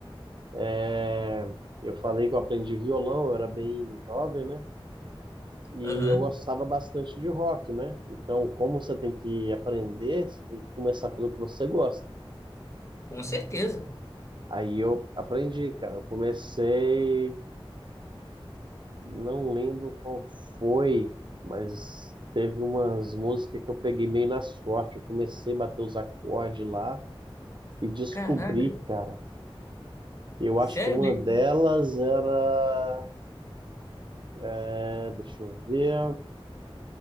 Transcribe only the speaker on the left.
Aham,
com certeza.
Caraca,
sério
mesmo?